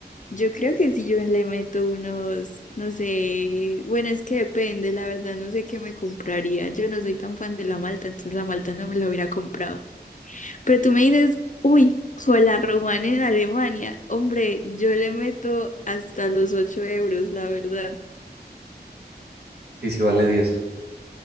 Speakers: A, on the left; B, on the right.
A: yo creo que si yo le meto unos, no sé, bueno, es que depende, la verdad no sé qué me compraría. Yo no soy tan fan de la malta, entonces la malta no me la hubiera comprado. Pero tú me dices, uy, con la romana en Alemania, hombre, yo le meto hasta los 8 euros, la verdad.
B: ¿Y si vale 10,